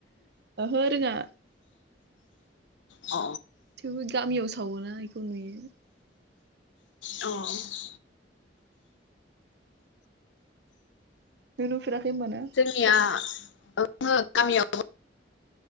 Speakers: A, on the right; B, on the left.
A: ओहो रोङा
B: अ
A: थेवबो गामियाव सावोना बेखौ नुयो
B: औ
A: नों नुफेराखै होनबाना
B: <unintelligible> याव गामियाव